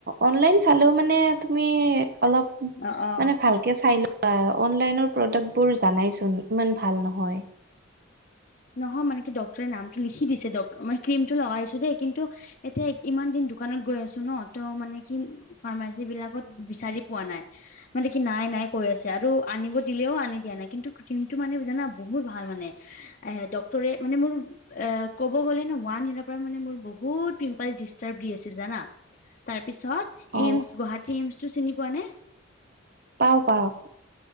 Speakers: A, on the right (about 45°); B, on the left (about 40°).
A: অনলাইন চালেও মানে তুমি অলপ
B: অ', অ',
A: মানে ভাল কে চাই লোবা। অনলাইনৰ প্ৰডাক্ট বোৰ জানাইচোন ইমান ভাল নহয়।
B: নহয় মানে কি ড্টৰে নামটো লিখি দিছে ড মই ক্ৰীমটো লগাইছো দেই কিন্তু এতিয়া ইমান দিন দোকানত গৈ আছো ন ত মানে কি ফাৰ্মাচী বিলাকত বিচাৰি পোৱা নাই। মানে কি নাই নাই কৈ আছে, আৰু আনিব দিলেও আনি দিয়া নাই। কিন্তু ক্ৰিমটো মানে জানা বহুত ভাল মানে এ ডক্টৰেট মানে মোৰ এই ক'ব গ'লে ন ওৱান ইয়ৰ পৰা মানে মোৰ বহুত পিম্প ডিষ্টাৰ্ব দি আছিল জানা। তাৰ পিছত
A: অ
B: এইমচ গুৱাহাটী এইমচ টো চিনি পোৱা নে?
A: অৱ পাওঁ।